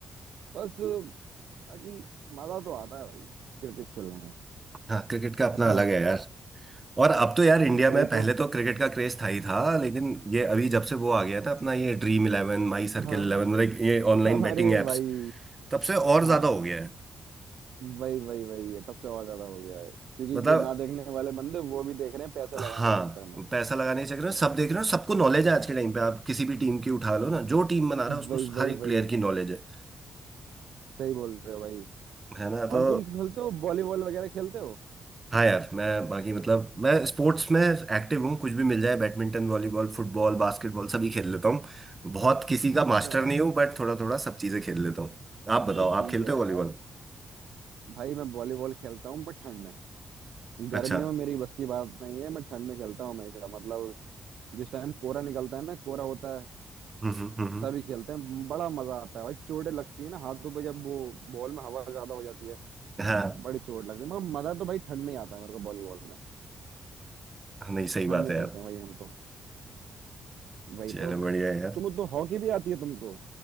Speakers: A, on the right; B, on the right.
A: बस बाकी मजा तो आता है भाई क्रिकेट खेलने में
B: हाँ क्रिकेट का अपना
A: है
B: अलग
A: ना
B: है यार और अब तो यार इंडिया
A: वही
B: में पहले
A: तो
B: तो क्रिकेट का क्रेज था ही था लेकिन ये अभी जब से वो आ गया था अपना ये dream eleven my circle
A: हाँ
B: eleven मतलब ये
A: <laughs>
B: ऑनलाइन बेटिंग
A: अरे
B: एप्स
A: भाई
B: तब से और
A: हाँ
B: ज्यादा हो गया है
A: वही वही वही है तब से और ज्यादा हो गया है क्योंकि
B: मतलब
A: जो ना देखने वाले बंदे वो भी देख रहे हैं पैसे
B: हाँ
A: लगाने के चक्कर में
B: पैसा लगाने के चक्कर में सब देख रहे हो सबको नॉलेज है आज के टाइम पे आप किसी भी टीम की उठा लो ना जो टीम बना रहा है उसको
A: वही वही
B: हर एक
A: वही
B: प्लेयर की नॉलेज है
A: सही बोल रहे हो भाई
B: है ना तो
A: और तुम खेलते हो वॉलीबॉल वगैरह खेलते हो
B: हाँ यार मैं बाकी मतलब मैं स्पोर्ट्स में एक्टिव हूँ कुछ भी मिल जाए बैडमिंटन वॉलीबॉल फुटबॉल बास्केटबॉल सभी खेल लेता हूँ बहुत किसी का
A: अच्छा
B: मास्टर नहीं हूँ बट थोड़ा थोड़ा सब चीज़ें खेल लेता हूँ आप
A: नहीं
B: बताओ आप
A: ठीक
B: खेलते
A: है
B: हो वॉलीबॉल
A: यार भाई मैं वॉलीबॉल खेलता हूँ बट ठंड में
B: अच्छा
A: गर्मियों में मेरी बस की बात नहीं है मैं ठंड में खेलता हूँ हमेशा मतलब जिस टाइम कोहरा निकलता है ना कोहरा होता है
B: हम्म हम्म हम्म,
A: तभी खेलते हैं बड़ा मजा आता है भाई चोटें लगती है ना हाथों पे जब वो बॉल में हवा ज्यादा हो जाती है
B: हाँ
A: बड़ी चोट लगती है मगर मजा तो भाई ठंड में ही आता है मेरे को वॉलीबॉल में
B: नहीं सही
A: ठंड
B: बात
A: में
B: है
A: खेलते
B: यार
A: हैं भाई हम तो वही
B: चलो
A: तो
B: बढ़िया है यार
A: तुम तो हॉकी भी आती है तुमको